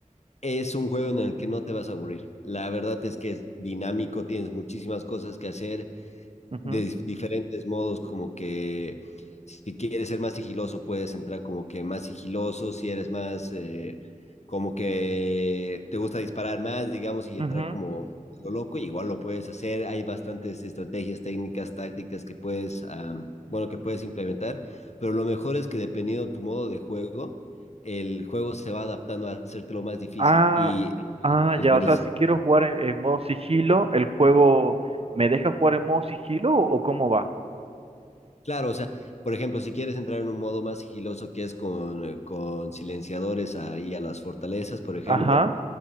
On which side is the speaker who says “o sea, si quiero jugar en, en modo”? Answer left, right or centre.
Right